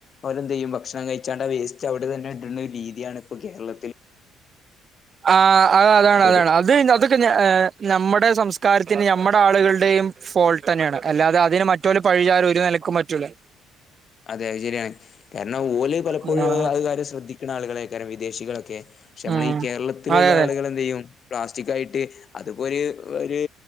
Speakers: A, on the left; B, on the right.
A: അവരെന്ത് ചെയ്യും ഭക്ഷണം കഴിച്ചാണ്ട് ആ വേസ്റ്റ് അവിടെ തന്നെ ഇടുന്ന ഒരു രീതിയാണ് ഇപ്പോ കേരള
B: ആ അ അതാണ്
A: ഇപ്പൊ
B: അതാണ് അത് അത് നമ്മുടെ സംസ്കാരത്തിന് നമ്മുടെ ആളുകളുടെയും ഫോൾട്ട് തന്നെയാണ് അല്ലാതെ അതിന് മറ്റ റ്റോല പഴിചാല ഒരു നിലക്കും പറ്റലേ
A: അതെ അത് ശരിയാണ് കാരണം ഓല് പലപ്പോഴും
B: ഉം
A: അത് കാര്യം ശ്രദ്ധിക്കണ ആളുകളെക്കാര് വിദേശികളൊക്കെ പക്ഷെ നമ്മള
B: ഉം.
A: ഈ കേരളത്തിലുള്ള
B: അതെ അതെ
A: ആളുകൾ എന്ത് ചെയ്യും പ്ലാസ്റ്റിക് ആയിട്ട് അത്പ്പോ ഒരു ഒരു